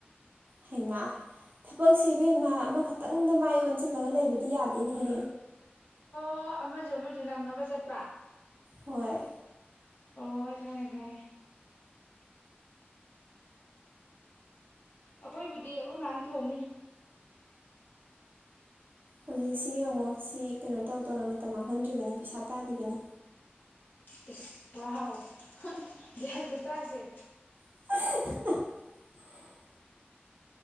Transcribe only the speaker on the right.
ꯍꯩꯃꯥ ꯊꯕꯛ ꯁꯦ ꯢꯕꯦꯝꯃ ꯑꯃꯈꯛꯇꯪꯗ ꯃꯥꯏ ꯑꯣꯟꯁꯤꯜꯂꯒ ꯂꯩꯕꯗꯤ ꯌꯥꯗꯦꯅꯦꯍꯦ
ꯍꯣꯏ
ꯍꯧꯖꯤꯛꯁꯤ ꯌꯦꯡꯉꯣ ꯁꯤ ꯀꯩꯅꯣ ꯇꯧ ꯇꯧꯅ ꯃꯇꯝ ꯃꯥꯡꯍꯟꯗ꯭ꯔꯤꯕꯅꯤ ꯄꯩꯁꯥ ꯇꯥꯜꯂꯤꯕꯅꯤ
<unintelligible>